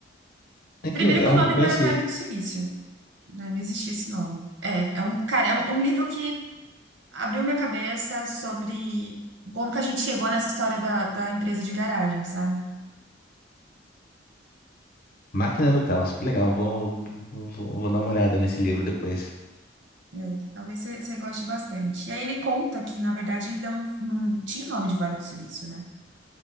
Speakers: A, on the left; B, on the right.
A: É
B: Primeiro
A: que legal,
B: que o nome
A: não conhecia.
B: não era Vale do Silício, né? Não existia esse nome. É, é um, cara, é um, é um livro que abriu minha cabeça sobre como que a gente chegou nessa história da, da empresa de garagem, sabe?
A: Máquina do Caos, que legal, vou, vou, vou dar uma olhada nesse livro depois.
B: É, talvez você você goste bastante. E aí ele conta que, na verdade, não, não tinha o nome de Vale do Silício, né?